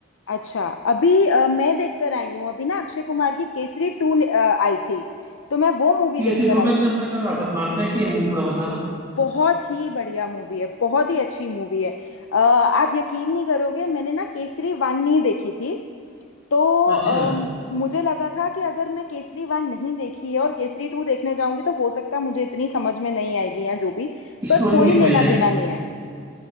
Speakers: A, on the left; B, on the right.
A: अच्छा अभी अ, मैं देखकर आई हूँ अभी ना अक्षय कुमार की केसरी टू आई थी तो मैं वो मूवी
B: कैसी
A: देखकर
B: जो मैं
A: आई
B: मैं
A: थी
B: मैं कर रहा था प्लान कैसी है मूवी थोड़ा बताना
A: बहुत ही बढ़िया मूवी है बहुत ही अच्छी मूवी है अ, आप यकीन नहीं करोगे मैंने ना केसरी वन नहीं देखी थी तो
B: अच्छा
A: अम, मुझे लगा था कि अगर मैं केसरी वन नहीं देखी है और केसरी टू देखने जाऊंगी तो हो सकता है मुझे इतनी समझ में नहीं आएगी या जो भी
B: स्टोरी
A: पर कोई
B: मिस
A: लेना
B: हो जाए
A: देना नहीं है